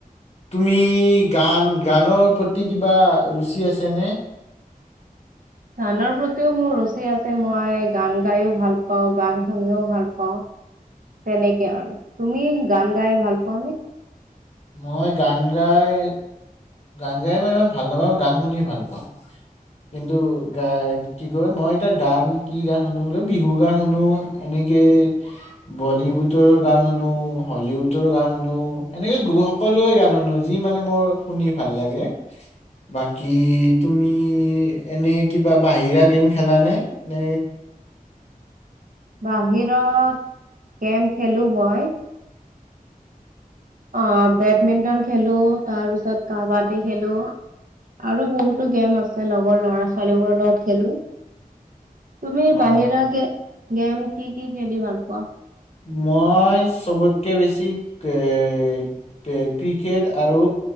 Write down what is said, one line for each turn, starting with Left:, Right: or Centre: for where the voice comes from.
Left: তুমি গান গানৰ প্ৰতি কিবা ৰুচি আছেনে?
Right: গানৰ প্ৰতিও মোৰ ৰুচি আছে মই গান গাইও ভাল পাওঁ গান শুনিও ভাল পাওঁ। তেনেকে আৰু, তুমি গান গাই ভাল পোৱাানে?
Left: মই গান গাই গান গাই মই ইমান ভাল নাপাওঁ গান শুনি ভাল পাওঁ। কিন্তু গ কি কয় মই এতিয়া গান কি গান শুনো বোলো বিহুৰ গান শুনো, এনেকে বলীউডৰ গান শুনো, হলিউডৰ গান শুনো। এনেকে গু সকলোৱে গান শুনো যি মানে মোৰ শুনি ভাল লাগে বাকী তুমি এনে কিবা বাহিৰা গেম খেলানে নে?
Right: বাহিৰত গেম খেলো মই। অহ বেডমিণ্টন খেলো, তাৰ পিছত কাবাডী খেলো আৰু বহুতো গেম আছে লগৰ ল'ৰা ছোৱালীবোৰৰ লগত খেলো। তুমি
Left: অ
Right: বাহিৰা গেম গেম কি কি খেলি ভাল পোৱা
Left: মই চবতকে বেছি এহ ক্ৰিকেট আৰু